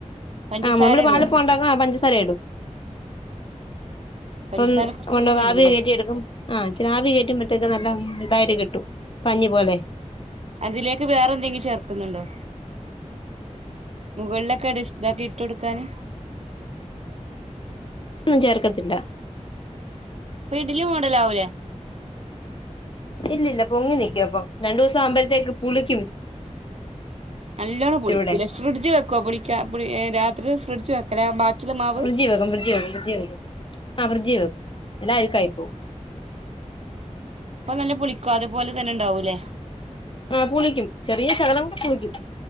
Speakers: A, on the right (about 55°); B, on the left (about 40°).
A: പഞ്ചസാര
B: ആഹ് നമ്മള്
A: ഇടുവോ
B: പാലപ്പം ഒണ്ടാക്കു ആ പഞ്ചസാര എടും.
A: പഞ്ചസാര
B: പ്പം <unintelligible>
A: കുറച്ചും കൂടെ ഇടൂല്ലേ
B: ആവി കേറ്റി എടുക്കും. ആഹ് ച്രാവി കെറ്റുമ്പോഴത്തേക്കും നല്ല ഇതായിട്ട് കിട്ടും, പഞ്ഞി പോലെ.
A: അതിലേക്ക് വേറെ എന്തെങ്കി ചേർക്കുന്നുണ്ടോ? മുകളിലൊക്കെ <unintelligible> ഇതാക്കി ഇട്ട് കൊടുക്കാന്.
B: ന്നും ചേർക്കത്തില്ല.
A: ഉം പ്പോ ഇഡ്ലി മോഡലാവൂലേ?
B: ഇല്ലില്ല പൊങ്ങി നിയ്ക്കും അപ്പൊ. രണ്ടൂസം ആവുമ്പഴത്തേക്ക് പുളിയ്ക്കും.
A: നല്ലോണ്ണം
B: ഇച്ചിരൂടെ
A: പുളിക്കൂലെ. ഫ്രിഡ്ജ് വെക്കോ, പുളിയ്ക്കാ പുളി എ രാത്രി ഫ്രിഡ്ജ് വെക്കലാ ബാക്കിള്ള മാവ്.
B: ഫ്രിജീ വെക്കും, ഫ്രിജീ വെക്കും, ഫ്രിജീ വെക്കും, ആ ഫ്രിജീ വെക്കും. അല്ലെങ്കി അഴുക്കായി പോവും.
A: അപ്പൊ നല്ല പുളിക്കോ അതുപോലെ തന്നെ ഇണ്ടാവൂല്ലേ?
B: ആ പുളിയ്ക്കും, ചെറിയ ശകലമൊക്കെ പുളിയ്ക്കും.